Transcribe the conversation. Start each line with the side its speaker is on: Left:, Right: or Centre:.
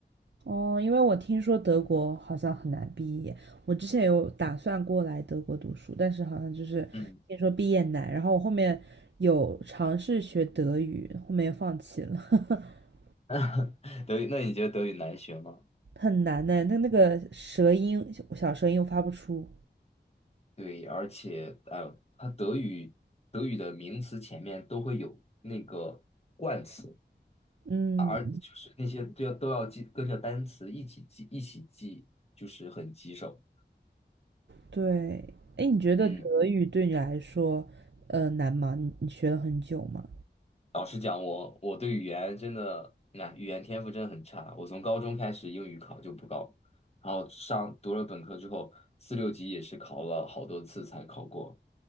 Right: 哦，因为我听说德国好像很难毕业，我之前有打算过来德国读书，但是好像就是听说毕业难，
Left: 嗯，
Right: 然后我后面有尝试学德语，后面放弃了，<laughs>
Left: <laughs> 德语，那你觉得德语难学吗？
Right: 很难呢，那那个舌音小舌音又发不出，
Left: 对，而且呃，它德语德语的名词前面都会有那个冠词，
Right: 嗯，
Left: 而就是那些都要都要记跟着单词一起记一起记，就是很棘手。
Right: 对，哎，你觉得德语对你来说，
Left: 嗯。
Right: 呃，难吗？你你学了很久吗？
Left: 老实讲，我我对语言真的，那语言天赋真的很差。我从高中开始英语考就不高，然后上读了本科之后，四六级也是考了好多次才考过。